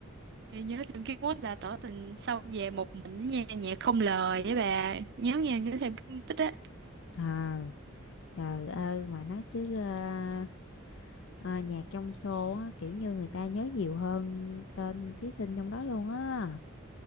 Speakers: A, on the right; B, on the left.
A: Ê, nhớ thêm cái quýt là tỏ tình xong về một mình nha nhạc không lời với bà nhớ nha nhớ thêm cái tích á
B: à trời ơi mà nói chứ à, à, nhạc trong show á kiểu như người ta nhớ nhiều hơn tên thí sinh trong đó luôn á